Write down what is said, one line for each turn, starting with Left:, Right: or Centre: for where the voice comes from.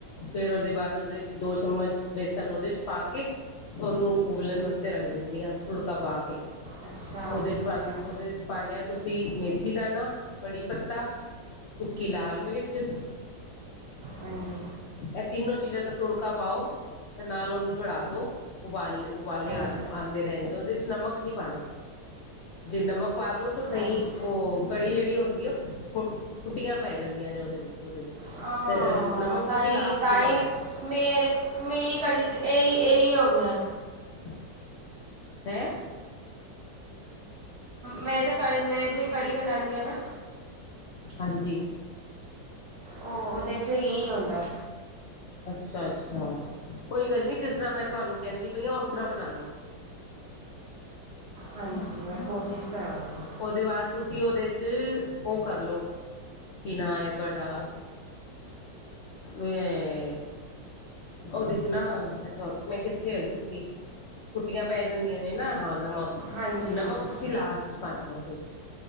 Left: ਫੇਰ ਉਹਦੇ ਬਾਅਦ ਉਹਦੇ ਚ ਦੋ ਚਮਚ ਬੇਸਨ ਉਹਦੇ ਚ ਪਾ ਕੇ ਤੇ ਉਹਨੂੰ ਉਬਲਣ ਵਾਸਤੇ ਰੱਖ ਦਿੰਦੀ ਹਾਂ ਤੁੜਕਾ ਪਾ ਕੇ
Right: ਅੱਛਾ
Left: ਉਹਦੇ ਚ
Right: ਅੱਛਾ
Left: ਪਾ ਉਹਦੇ ਚ ਪਾਦੇ ਹਾਂ ਤੁਸੀਂ ਮੇਥੀ ਦਾਾਨ ਕੜੀ ਪੱਤਾ ਸੁੱਕੀ ਲਾਲ ਮਿਰਚ
Right: ਹਾਂਜੀ
Left: ਇਹ ਤਿੰਨੋ ਚੀਜ਼ਾਂ ਦਾ ਤੁੜਕਾ ਪਾਓ ਤੇ ਨਾਲ ਉਹਨੂੰ ਚੜਾ ਦੋ ਉਬਾਲੇ ਵਾਲੇ
Right: ਹਾਂਜੀ ਹਾਂਜੀ
Left: ਆ ਆਉਂਦੇ ਰਹਿਣਗੇ ਉਹਦੇ ਚ ਨਮਕ ਨਹੀਂ ਪਾਉਣਾ ਜੇ ਨਮਕ ਪਾ ਦੋ ਤੋਂ ਤਹੀਂ
Right: ਹਾਂਜੀ
Left: ਉਹ ਕੜੀ ਜਿਹੜੀ ਹੁੰਦੀ ਆ ਫੁੱਟੀਆਂ ਪੈ ਜਾਂਦੀਆਂ ਨੇ ਉਹਦੇਨ ਉਹਦੇ ਚ
Right: ਹਾਂ
Left: ਤੇ ਨਮਕ
Right: ਤਾਂਹੀ
Left: ਤੁਸੀਂ ਲਾਸਟ
Right: ਤਾਂਹੀ
Left: ਚ ਪਾਣਾ
Right: ਮੇਰੇ ਮੇਰੀ ਕੜੀ 'ਚ ਇਹੀ ਇਹੀ ਆਦਾ
Left: <unintelligible> ਹੈ
Right: ਮੈਂ ਜੇ ਕ ਮੈਂ ਜੇ ਕੜੀ ਬਣਾਉਂਦੀ ਹਾਂ ਨਾ
Left: ਹਾਂਜੀ
Right: ਉਹ ਉਹਦੇ 'ਚ ਇਹੀ ਆਦਾ
Left: ਅੱਛਾ ਅੱਛਾ ਕੋਈ ਗੱਲ ਨੀ ਜਿਸ ਤਰ੍ਹਾਂ ਮੈਂ ਤੁਹਾਨੂੰ ਕਹਿੰਦੀ ਪਈ ਹਾਂ ਉਸ ਤਰ੍ਹਾਂ ਬਣਾਲ ਲੋ
Right: ਹਾਂਜੀ ਮੈਂ ਕੋਸ਼ਿਸ਼ ਕਰਾਂਗੀ
Left: ਉਹਦੇ ਬਾਅਦ ਤੁਸੀਂ ਉਹਦੇ ਚ ਉਹ ਕਰਲੋ ਕਿ ਨਾ ਹੈ ਤੁਹਾਡਾ ਮੈਂ ਉਹਦੇ ਚ ਨਾ ਮੈਂ ਮੈਂ ਕਿੱਥੇ ਆਗੀਈ ਸੀ ਫੁੱਟੀਆਂ ਪੈ ਜਾਂਦੀਆਂ ਨੇ ਨਾ ਹਾਂ ਨਮਕ
Right: ਹਾਂਜੀ
Left: ਨਮਕ
Right: ਹਾਂਜੀ
Left: ਤੁਸੀਂ ਲਾਸਟ ਪਾਉਦੇ ਹੋ ਉਹਦੇ ਚ